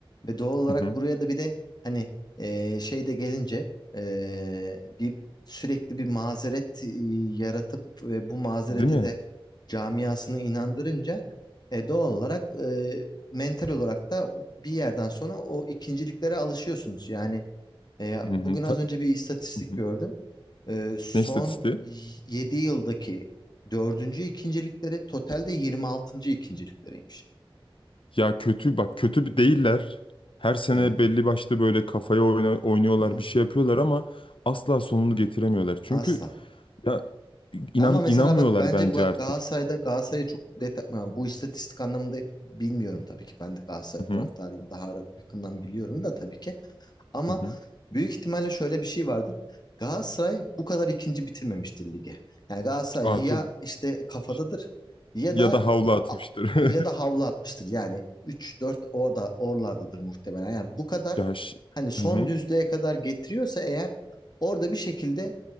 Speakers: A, on the left (about 50°); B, on the left (about 70°).
A: Ve doğal olarak
B: Hı hı.
A: buraya da bir de hani e, şey de gelince e, bir sürekli bir mazeret e, yaratıp ve bu mazereti
B: Değil mi?
A: de camiasını inandırınca e, doğal olarak e, mental olarak da bir yerden sonra o ikinciliklere alışıyorsunuz. Yani e,
B: Hı
A: bugün
B: hı.
A: az
B: Ta-
A: önce bir istatistik
B: hı hı.
A: gördüm. E, son
B: Ne istatistiği?
A: 7 yıldaki dördüncü ikincilikleri totalde yirmi altıncı ikincilikleriymiş.
B: Ya kötü bak kötü değiller.
A: Hı hı.
B: Her sene
A: Evet.
B: belli başlı böyle kafaya oyna- oynuyorlar,
A: Hı hı.
B: bir şey yapıyorlar ama asla sonunu getiremiyorlar. Çünkü
A: Asla.
B: ya inan
A: Ama mesela
B: inanmıyorlar
A: bak bence
B: bence
A: bak
B: artık.
A: Galatasaray'da Galatasaray'ı çok detay yani bu istatistik anlamında bilmiyorum tabii ki. Ben de Galatasaray
B: Hı
A: taraftarıyım.
B: hı.
A: Daha yakından biliyorum da tabii ki. Ama
B: Hı hı.
A: büyük ihtimalle şöyle bir şey vardır. Galatasaray bu kadar ikinci bitirmemiştir lige. Yani Galatasaray
B: Aa
A: ya
B: tabii.
A: işte kafadadır
B: Ş-
A: ya
B: Ya
A: da
B: da havlu atmıştır.
A: ya da
B: <laughs>
A: havlu atmıştır. Yani üç dört orada oralardadır muhtemelen. Yani bu kadar
B: Ya ş-
A: hani son
B: hı hı.
A: düzlüğe kadar getiriyorsa eğer orada bir şekilde